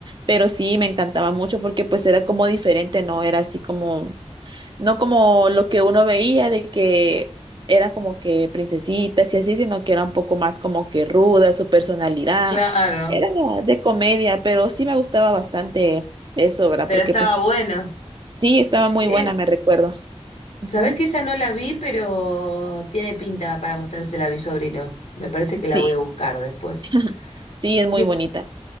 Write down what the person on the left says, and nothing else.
claro,
pero
estaba
bueno.
Sí,
eh,
sabés que esa no la vi, pero tiene pinta para mostrársela a mi sobrino. Me parece que la
voy a buscar después.
Y, es-